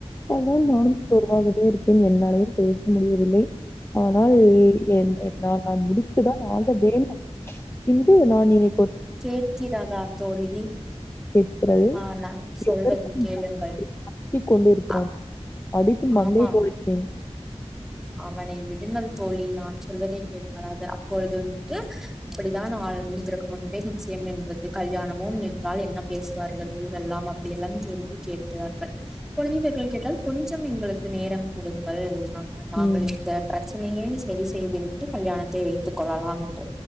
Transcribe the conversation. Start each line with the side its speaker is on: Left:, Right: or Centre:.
Left: அதனால் நானும் சோர்வாகவே இருக்கேன் என்னாலையும் பேச முடியவில்லை ஆனால் என் நான் நான் முடித்துதான் ஆக வேண்டும் பின்பு நான் இனி
Centre: கேட்கிறதா தோழி
Left: கேட்கிறது
Centre: ஆ நான் சொல்வதை
Left: எதற்கும்
Centre: கேளுங்கள்
Left: கத்திக் கொண்டு இருக்கிறான்.
Centre: ஆ
Left: அடித்து மண்டையை
Centre: ஆமாம்
Left: உடைப்பேன்.
Centre: அவனை விடுங்கள் தோழி நான் சொல்வதை கேலுங்கள் அது அப்பொழுது வந்துட்டு இப்படித்தான் ஆள்மு இதற்கு முன்பே நிச்சயம் நின்றது கல்யாணமும் நின்றால் என்ன பேச வார்கள் ஊரெல்லாம் அப்டி எல்லாம் கேள்வி கேட்டார்கள் குழந்தைகள் கேட்டால் கொஞ் கொஞ்சம் எங்களுக்கு நேரம் குடுங்கள் <inaudible> நாங்கள்
Left: ம்.
Centre: இந்த பிரச்சனையை செரி செய்து விட்டு கல்யாணத்தை வைத்துக் கொள்ளலாம் என்று